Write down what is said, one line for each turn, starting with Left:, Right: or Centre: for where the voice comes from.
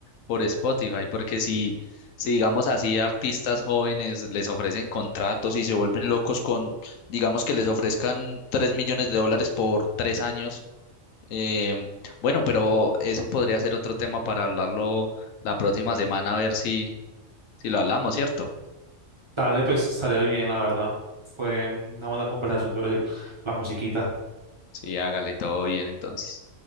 Left: por Spotify, porque si, si digamos así, artistas jóvenes les ofrecen contratos y se vuelven locos con, digamos que les ofrezcan 3 millones de dólares por tres años Eh, bueno, pero eso podría ser otro tema para hablarlo la próxima semana, a ver si, si lo hablamos, ¿cierto?
Right: Dale, pues estaría bien, la verdad. Fue una buena conversación sobre la musiquita.
Left: Sí, hágale todo bien entonces.